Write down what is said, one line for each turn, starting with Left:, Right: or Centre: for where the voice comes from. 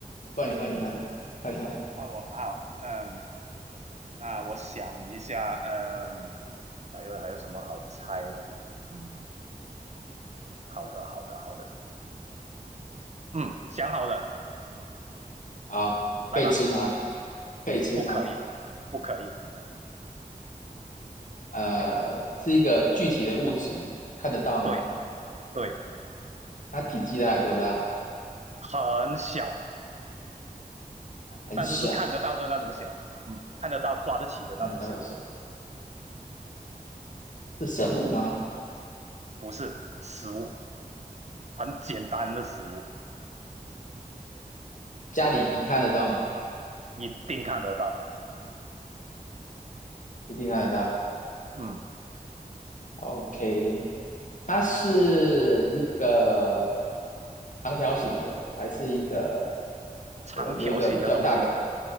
Left: 换你，换你，换你，换你，换你。
Right: 换我，好，嗯，那我想一下，嗯，还有还有什么好猜的呢？嗯，好的，好的，好的，嗯，想好了，
Left: 好，
Right: 来吧。
Left: 可以吃吗？可以吃吗？
Right: 不可以，不可以，
Left: 呃，是一个具体的物质，看得到吗？
Right: 对对，
Left: 它体积大概多大？
Right: 很小，
Left: 很小，
Right: 但是是看得到的那种小，嗯，看得到抓得起的那种小，
Left: 看得到的是是生物吗？
Right: 不是食物，很简单的食物，
Left: 家里看得到吗？
Right: 一定看得到，
Left: 一定看得到。
Right: 嗯，
Left: OK，它是一个长条形的，还是一个
Right: 长条形的东西。
Left: 有有一个比较大的